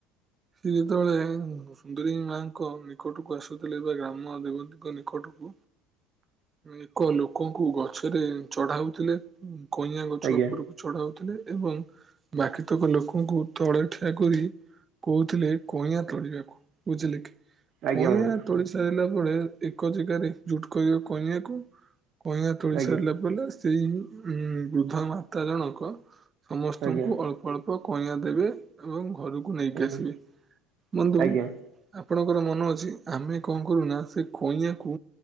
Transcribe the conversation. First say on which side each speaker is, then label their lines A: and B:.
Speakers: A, on the right (about 30°); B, on the right (about 50°).
A: ସେ ଯେତେବେଳେ ସୁନ୍ଦରୀ ମାଙ୍କ ନିକଟକୁ ଆସୁଥିଲେ ବା ଗ୍ରାମ ଦେବତୀଙ୍କ ନିକଟକୁ। ଏକ ଲୋକଙ୍କୁ ଗଛରେ ଚଢାଉଥିଲେ। କଇଁଆ ଗଛ
B: ଆଜ୍ଞା
A: ଉପରକୁ ଚଢାଉଥିଲେ ଏବଂ ବାକିତକ ଲୋକ ଲୋକଙ୍କୁ ତଳେ ଠିଆ କରି କହୁଥିଲେ କଇଁଆଁ ତଳିବାକୁ ବୁଝିଲେ କି।
B: ଆଜ୍ଞା
A: କଇଁଆ
B: ବନ୍ଧୁ
A: ତୋଳି ସାରିଲା ପରେ ଏକ ଜାଗାରେ ଜୁଟ କରିବ କଇଁଆଁକୁ କଇଁଆ ତୋଳି
B: ଆଜ୍ଞା
A: ସାରିଲା ପରେ ସେଇ ଉ ବୃଦ୍ଧ ମାତା ଜଣକ ସମସ୍ତଙ୍କୁ
B: ଆଜ୍ଞା
A: ଅଳ୍ପ ଅଳ୍ପ କଇଆଁ ଦେବେ ଏବଂ ଘରକୁ ନେଇକି
B: ହୁଁ
A: ଆସିବେ, ବନ୍ଧୁ
B: ଆଜ୍ଞା।
A: ଆପଣଙ୍କର ମନ ଅଛ ଆମେ କଣ କରୁନା ସେ କଇଆକୁ